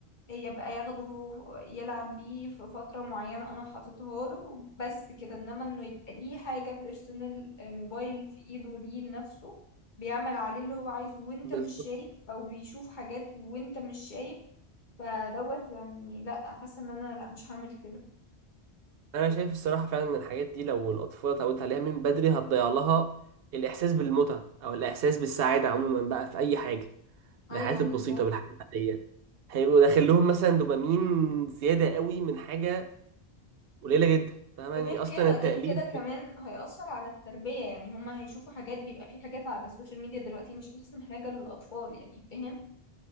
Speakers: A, on the left; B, on the right.
A: يبقى ياخده يلعب بيه في فترة معينة أنا حاططها له بس كده إنما إنه يبقى ليه حاجة بيرسونال موبايل في إيده ليه لنفسه بيعمل عليه اللي هو عايزه وأنت
B: بالظبط
A: مش شايف أو بيشوف حاجات وأنت مش شايف فدوت يعني لأ حاسة إن أنا لأ مش هعمل كده
B: انا شايف الصراحه فعلا ان الحاجات دي لو الاطفال اتعودت عليها من بدري هتضيع لها الاحساس بالمتعه او الاحساس بالسعاده عموما بقى في اي حاجه بالحاجات
A: أيوه
B: البسيطه
A: بالظبط
B: بالحاجات العاديه هيبقوا داخل لهم مثلا دوبامين زياده قوي من حاجه قليله جدا فاهم يعني
A: غير
B: اصلا
A: كده
B: التقليد
A: غير كده كمان هيأثر على التربية يعني هما هيشوفوا حاجات بيبقى في حاجات على السوشيال ميديا دلوقتي مش أحسن حاجة للأطفال يعني فاهم؟